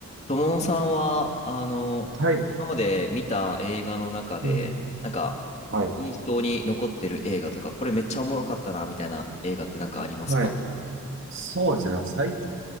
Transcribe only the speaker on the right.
はい。
うん。
はい。
はい。そうですね。最近、